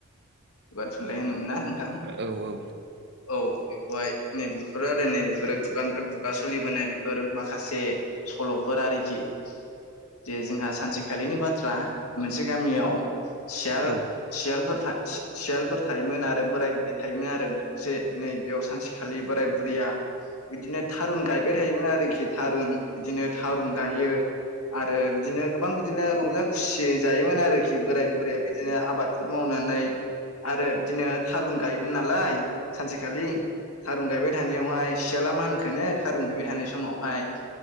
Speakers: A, on the left; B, on the right.
A: खुगा थुनलाइ होनोमोनना
B: औ औ।
A: औ बेखौहाय नै बेफोर आरो नै बेफोरो खुगानिफ्राय खुगा सोलिबोनाय बेफोर माखासे सल'फोर आरोखि जे जोंहा सानसेखालिनि बाथ्रा मोनसे गामियाव सियाल
B: औ
A: सियारफोर था सि सियालफोर थायोमोन आरो बोराय बुरै थायोमोन आरो नखरसे नै बेयाव सानसेखालि बोराय बुरैयो बिदिनो थारुन गायबाय थायोमोन आरोखि थारुन बिदिनो थारुन गायो। आरो बिदिनो गोबां बिदिनो रंजा खुसि जायोमोन आरोखि बोराय बुरैया बिदिनो आबादफोर मावनानै आरो बिदिनो थारुन गायोमोन नालाय सानसे खालि थारुन गायबाय थानायावहाय सियाला मान होनखोनो थारुन गायबाय थानाय समावहायो